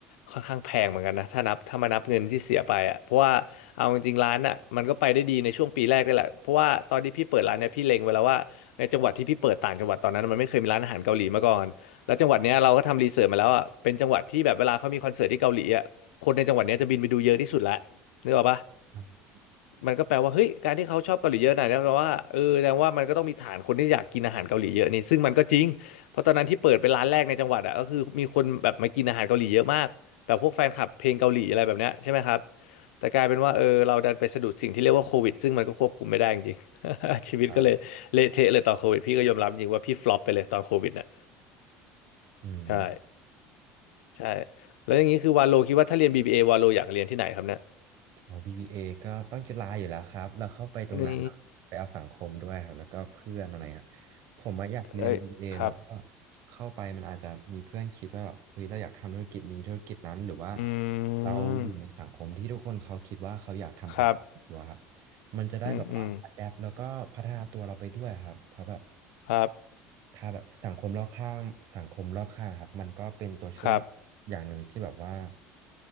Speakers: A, on the left (about 85°); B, on the right (about 60°).
A: ค่อนข้างแพงเหมือนกันนะถ้านับถ้ามานับเงินที่เสียไปอ่ะเพราะว่าเอาจริงๆร้านอ่ะมันก็ไปได้ดีในช่วงปีแรกได้แหละเพราะว่าตอนที่พี่เปิดร้านเนี่ยพี่เล็งไว้แล้วว่า ในจังหวัดที่พี่เปิดต่างจังหวัดตอนนั้นมันไม่เคยมีร้านอาหารเกาหลีมาก่อนแล้วจังหวัดเนี้ยเราก็ทำรีเสิร์ชมาแล้วอ่ะเป็นจังหวัดที่แบบเวลาเขามีคอนเสิร์ตที่เกาหลีอ่ะคนในจังหวัดเนี้ยจะบินไปดูเยอะที่สุดละนึกออกปะ
B: อืม
A: มันก็แปลว่าเฮ้ยการที่เขาชอบเกาหลีเยอะหนอยนะแปลว่าเออแสดงว่ามันก็ต้องมีฐานคนที่อยากกินอาหารเกาหลีเยอะนี่ซึ่งมันก็จริงเพราะตอนนั้นที่เปิดเป็นร้านแรกในจังหวัดอ่ะก็คือมีคนแบบมากินอาหารเกาหลีเยอะมากแบบพวกแฟนคลับเพลงเกาหลีอะไรแบบเนี้ยใช่ไหมครับแต่กลายเป็นว่าเออเราดันไปสะดุดสิ่งที่เรียกว่าโควิดซึ่งมันก็ควบคุมไม่ได้จริงๆ <laughs> ชีวิตก็เลย
B: ใช่
A: เละเทะเลยตอนโควิดพี่ก็ยอมรับจริงว่าพี่ฟลอปไปเลยตอนโควิดเนี่ย
B: อืม
A: ใช่ใช่แล้วอย่างนี้คือวาโลคิดว่าถ้าเรียน BBA วาโลอยากเรียนที่ไหนครับเนี่ย
B: อ๋อ BBA ก็ต้องจุฬาอยู่แล้วครับแล้วเข้าไปตรงนั้นไปเอาสังคมด้วยครับแล้วก็เพื่อนอะไรครับ
A: นี่
B: ผมอะอยากเรียน
A: เอ้ยครับ
B: BBA แล้วก็เข้าไปมันอาจจะมีเพื่อนคิดว่าแบบเฮ้ยเราอยากทำธุรกิจนี้ธุรกิจนั้นหรือว่า
A: อืม
B: เราอยู่ในสังคมที่ทุกคนเขาคิดว่าเขาอยากทำธุรกิจตัวครับ
A: ครับ
B: มันจะได้แบบว่า
A: อืมอืม
B: adapt แ p ปแล้วก็พัฒนาตัวเราไปด้วยครับเพราะแบบ
A: ครับ
B: ถ้าแบบสังคมรอบข้างสังคมรอบข้างครับมันก็เป็นตัวช่วย
A: ครับ
B: อย่างหนึ่งที่แบบว่า